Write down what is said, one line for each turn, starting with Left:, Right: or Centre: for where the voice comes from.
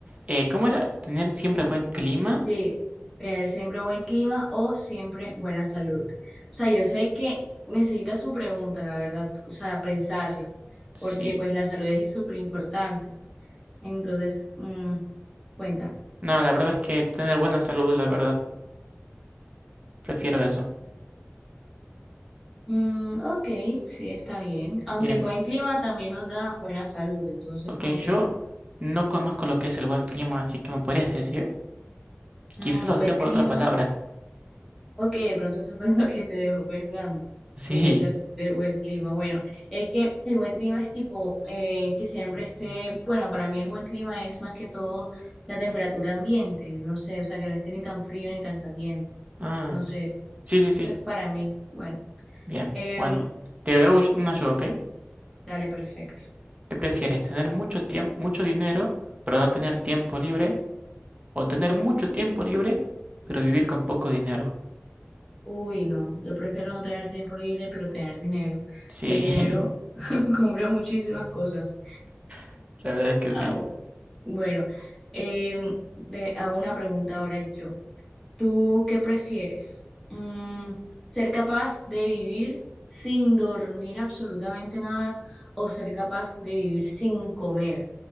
Right: Eh, ¿cómo era tener siempre buen clima?
Centre: Sí, tener siempre buen clima o siempre buena salud. O sea, yo sé que necesita su pregunta, la verdad, o sea, pensarla,
Right: Sí.
Centre: porque pues la salud es súper importante. Entonces, mm, cuéntame.
Right: No, la verdad es que tener buena salud, la verdad, prefiero eso.
Centre: Mm, ok, sí, está bien. Aunque
Right: Bien,
Centre: el buen clima también nos da buena salud, entonces
Right: ok,
Centre: como que
Right: yo no conozco lo que es el buen clima, así que me podrías decir.
Centre: mm,
Right: Quizás lo
Centre: buen
Right: sé por
Centre: clima.
Right: otra palabra. <laughs>
Centre: Ok, de pronto eso fue <laughs> lo que te dejó pensando,
Right: Sí.
Centre: de que se refiere el buen clima. Bueno, es que el buen clima es tipo eh, que siempre esté, bueno, para mí el buen clima es más que todo la temperatura ambiente, no sé, o sea, que no esté ni tan frío ni tan caliente,
Right: Ah,
Centre: no sé,
Right: sí, sí, sí.
Centre: eso es para mí. Bueno,
Right: Bien,
Centre: em,
Right: bueno. Te hago una yo, ¿ok?
Centre: dale, perfecto.
Right: ¿Qué prefieres? ¿Tener mucho tiempo, mucho dinero, pero no tener tiempo libre? ¿O tener mucho tiempo libre, pero vivir con poco dinero?
Centre: Uy, no, yo prefiero no tener tiempo libre, pero tener dinero.
Right: Sí,
Centre: El dinero <laughs> compra muchísimas cosas.
Right: <laughs> la verdad es que sí.
Centre: Au. Bueno, em, de, a una pregunta ahora yo. ¿Tú qué prefieres? Mm, ¿ser capaz de vivir sin dormir absolutamente nada o ser capaz de vivir sin comer?